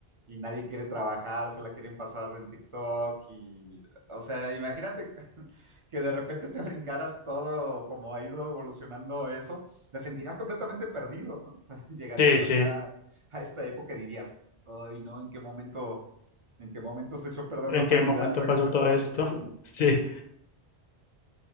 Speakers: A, on the right (about 40°); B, on the left (about 55°).
A: y nadie quiere trabajar, se la quieren pasar en TikTok y, o sea, imagínate <laughs> que de repente te brincaras todo como ha ido evolucionando eso, te sentirías completamente perdido, ¿no? <laughs> Llegarías
B: Sí, sí.
A: acá a esta época y dirías, ay, no, ¿en qué momento, en qué momento se echó a perder
B: en
A: la humanidad?
B: qué momento
A: Regresen
B: pasó todo
A: todos
B: esto. <laughs> Sí,